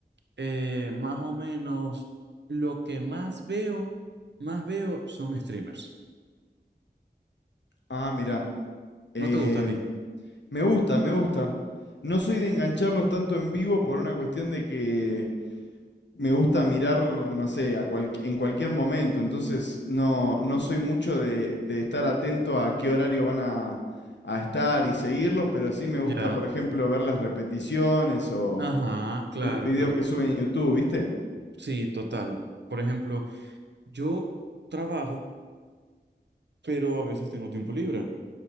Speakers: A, on the right; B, on the left.
A: eh, más o menos lo que más veo, más veo son streamers.
B: Ah, mira. Eh,
A: ¿No te gusta a ti?
B: me gusta, me gusta. No soy de engancharlos tanto en vivo por una cuestión de que me gusta mirar, no sé, a cual- en cualquier momento, entonces no, no soy mucho de, de estar atento a qué horario van a, a estar y seguirlos, pero sí me gusta,
A: Ya.
B: por ejemplo, ver las repeticiones o
A: Ajá, claro,
B: los videos
A: claro.
B: que suben en YouTube, ¿viste?
A: Sí, total. Por ejemplo, yo trabajo, pero a veces tengo tiempo libre.